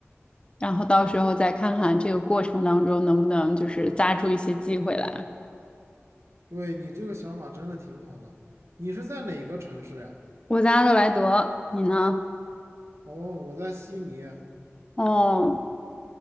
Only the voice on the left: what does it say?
然后到时候再看看这个过程当中能不能就是扎出一些机会来。
我在阿德莱德，你呢？
哦，